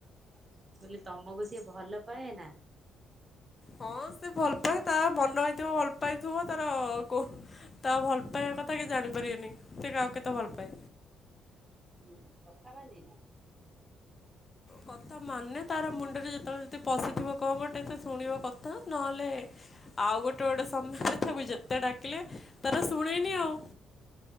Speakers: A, on the right; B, on the left.
A: ମୁଁ କହିଲି, ତମକୁ ସିଏ ଭଲ ପାଏ ନା।
B: ହଁ ସେ ଭଲ ପାଏ, ତାର ମନ ହେଇଥିବ ଭଲ ପାଇଥିବ ତାର କୋ ତା ଭଲ ପାଇବା କଥା କେହି ଜାଣି ପାରିବେନି। ସେ କାହାକୁ କେତେ ଭଲ ପାଏ?
A: ହୁଁ, କଥା ମାନେନା।
B: କଥା ମାନେ ତାର ମୁଣ୍ଡରେ ଯେତେବେଳେ ଯଦି ପଶିଥିବ କଣ ଗୋଟେ, ସେ ଶୁଣିବ କଥା ନ ହେଲେ ଆଉ ଗୋଟେ ଗୋଟେ ସନ୍ଧ୍ୟାରେ, ତାକୁ ଯେତେ ଡାକିଲେ ତାର ଶୁଣେଇନି ଆଉ।